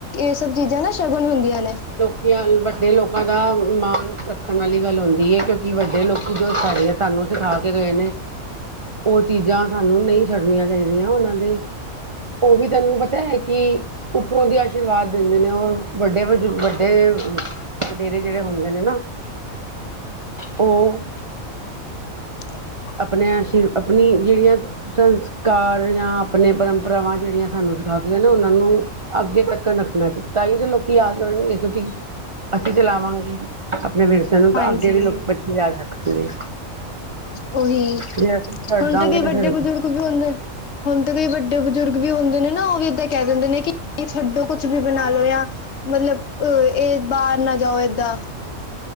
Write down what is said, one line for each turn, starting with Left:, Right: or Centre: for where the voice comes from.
Left: ਇਹ ਸਭ ਚੀਜ਼ਾਂ ਨਾ ਸ਼ਗਨ ਹੁੰਦੀਆਂ ਨੇ
Right: ਗਿਆਨ ਵੱਡੇ ਲੋਕਾਂ ਦਾ ਮਾਣ ਰੱਖਣ ਵਾਲੀ ਗੱਲ ਹੁੰਦੀ ਹੈ ਕਿਉਂਕਿ ਵੱਡੇ ਲੋਕੀ ਜੋ ਸਾਡੇ ਸਾਨੂੰ ਸਿਖਾ ਕੇ ਗਏ ਨੇ, ਉ ਚੀਜ਼ਾਂ ਸਾਨੂੰ ਨਈ ਛੱਡਨੀਆਂ ਚਾਈਦੀਆਂ ਉਨਾਂ ਦੀ, ਉਹ ਵੀ ਤੈਨੂੰ ਪਤਾ ਏ ਕਿ ਉੱਪਰੋਂ ਦੀ ਆਸ਼ੀਰਵਾਦ ਦੇਂਦੇ ਨੇ, ਔਰ ਵੱਡੇ ਵ ਵੱਡੇ ਵ ਵਡੇਰੇ ਜੇੜੇ ਹੁੰਦੇ ਨੇ ਨਾ, ਉਹ
Left: <unintelligible>
Right: ਆਪਨੇ ਆਸ਼ੀ ਆਪਨੀ ਜੇੜੀਆਂ ਸੰਸਕਾਰਿਆਂ ਆਪਣੇ ਪਰੰਪਰਾਵਾਂ ਜੇੜੀਆਂ ਸਾਨੂੰ ਸਿਖਾ ਕੇ ਗਏ ਨੇ, ਉਨਾਂ ਨੂੰ ਅੱਗੇ ਤੱਕਨ ਰੱਖਣਾ ਚ ਤਾਂਈ ਤੇ ਲੋਕੀ ਯਾਦ ਕਰਨਗੇ ਕਿਉਂਕਿ ਅਸੀਂ ਚਲਾਵਾਂਗੇ ਆਪਣੇ ਵਿਰਸੇ ਨੂੰ ਤਾਂ,
Left: ਹਾਂਜੀ।
Right: ਅੱਗੇ ਵੀ ਲੋਕ ਬੱਚੇ ਯਾਦ ਰੱਖਣਗੇ
Left: ਉਹੀ
Right: ਜੇ ਅਸੀਂ ਛੱਡ
Left: ਹੁਣ
Right: ਦਾਂਗੇ
Left: ਤੇ ਕਈ
Right: ਤਾਂ
Left: ਵੱਡੇ
Right: ਫਿਰ
Left: ਬਜ਼ੁਰਗ ਵੀ ਹੁੰਦੇ ਹੁਣ ਤਾਂ ਵੀ ਵੱਡੇ ਬਜ਼ੁਰਗ ਵੀ ਹੁੰਦੇ ਨੇ ਨਾ, ਉ ਵੀ ਏਦਾਂ ਕੇ ਦਿੰਦੇ ਨੇ ਕਿ ਛੱਡੋ ਕੁਛ ਵੀ ਬਣਾ ਲਓ ਯਾ ਮਤਲਬ ਅ ਇਹ ਬਾਹਰ ਨਾ ਜਾਓ ਏਦਾਂ